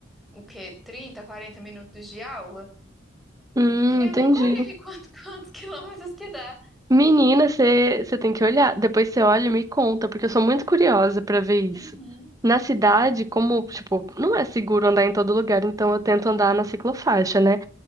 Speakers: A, in the centre; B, on the right.
A: o quê? trinta, quarenta minutos de aula.
B: Hum,
A: E eu
B: entendi.
A: nunca olhei quanto, <laughs> quantos quilômetros que dá.
B: Menina, você tem que olhar. Depois você olha e me conta, porque eu sou muito curiosa pra ver isso.
A: Uhum,
B: Na cidade, como, tipo, não é seguro andar em todo lugar, então eu tento andar na ciclofaixa, né?